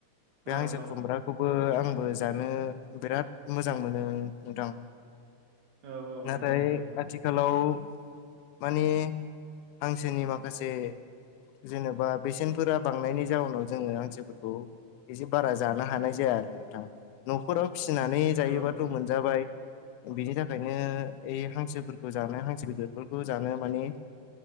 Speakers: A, on the left (about 80°); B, on the right (about 70°).
A: बे
B: औ
A: हांसो
B: औ
A: खुम्ब्राखौबो आंबो जानो बिराद मोजां मोनो नोंथां।
B: औ औ
A: नाथाय
B: नंगौ नोंथां
A: आथिखालाव माने हांसोनि माखासे जेनेबा बेसेनफोरा बांनायनि जाउनाव जोङो हांसोफोरखौ एसे बारा जानो हानाय जाया आरो नोंथां न'खराव फिसिनानै जायोबाथ'
B: औ
A: मोनजाबाय बिनि थाखायनो ए हांसोफोरखौ जानो हांसो बेदरफोरखौ जानो माने